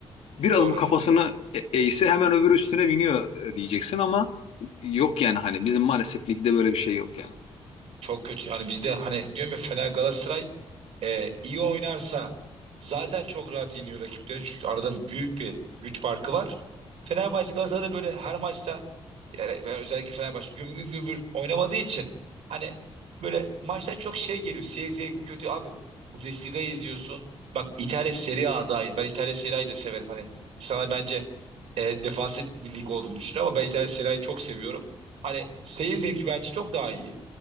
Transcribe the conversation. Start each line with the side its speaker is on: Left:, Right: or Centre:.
Left: Biraz
Right: doğru.
Left: bu kafasını e- eğse hemen öbürü üstüne biniyor e, diyeceksin ama yok yani hani bizim maalesef ligde böyle bir şey yok yani.
Right: Çok kötü. Hani bizde hani diyorum ya Fener Galatasaray e, iyi oynarsa zaten çok rahat yeniyor rakiplerini. Çünkü arada büyük bir güç farkı var. Fenerbahçe Galatasaray'da böyle her maçta yani özellikle Fenerbahçe güm güm gümbür oynamadığı için hani böyle maçlar çok şey geliyor. Seyir zevki kötü abi. Bundesliga'yı izliyorsun. Bak İtalya Serie A dahil. Ben İtalya Serie A'yı da severim. Hani insanlar bence e, defansif bir lig olduğunu düşünüyor ama ben İtalya Serie A'yı çok seviyorum. Hani seyir zevki bence çok daha iyi.